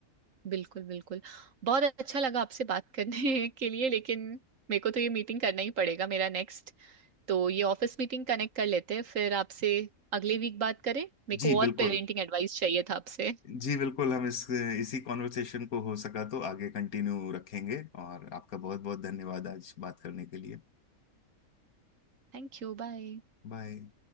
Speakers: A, on the right (about 60°); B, on the left (about 75°).
A: बिल्कुल बिल्कुल बहुत अच्छा लगा आपसे बात करने <laughs> के लिए लेकिन मेरे को तो ये मीटिंग करना ही पड़ेगा मेरा नेक्स्ट तो ये ऑफिस मीटिंग कनेक्ट कर लेते हैं फिर आपसे अगले वीक बात करें मेरे
B: जी
A: को
B: बिल्कुल
A: और पेरेंटिंग एडवाइस चाहिए था आपसे
B: जी बिल्कुल हम इस इसी कॉन्वर्सेशन को हो सका तो आगे कंटिन्यू रखेंगे और आपका बहुत बहुत धन्यवाद आज बात करने के लिए
A: Thank you बाय
B: बाय